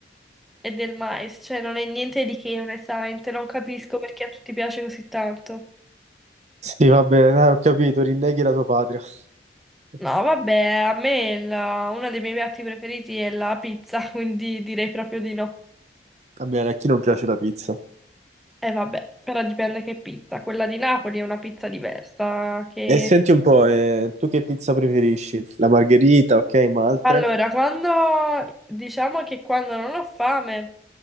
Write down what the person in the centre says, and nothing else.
e del mais, cioè non è niente di che, onestamente, non capisco perché a tutti piace così tanto.
No, vabbè, a me la- uno dei miei piatti preferiti è la pizza, <laughs> quindi direi proprio di no.
E vabbè, però dipende che pizza. Quella di Napoli è una pizza diversa, che
Allora, quando diciamo che quando non ho fame,